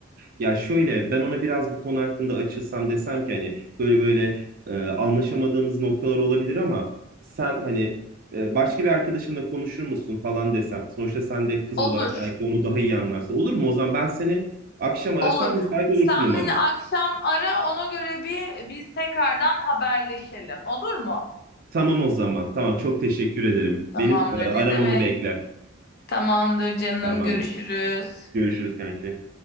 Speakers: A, on the right; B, on the left.
A: ya şöyle ben ona biraz bu konu hakkında açılsam desem ki hani böyle böyle e, anlaşamadığımız noktalar olabilir ama sen hani e, başka bir arkadaşınla konuşur musun falan desem. Sonuçta sen de kız
B: olur
A: olarak belki onu daha iyi anlarsın. Olur mu? O zaman ben seni Akşam arasam
B: olur.
A: müsait olursun
B: Sen
A: umarım.
B: beni akşam ara ona göre bir biz tekrardan haberleşelim olur mu?
A: Tamam o zaman. Tamam çok teşekkür ederim.
B: Tamamdır.
A: Benim e, aramamı
B: Ne demek?
A: bekle.
B: Tamamdır canım.
A: Tamamdır.
B: Görüşürüz.
A: Görüşürüz kanki.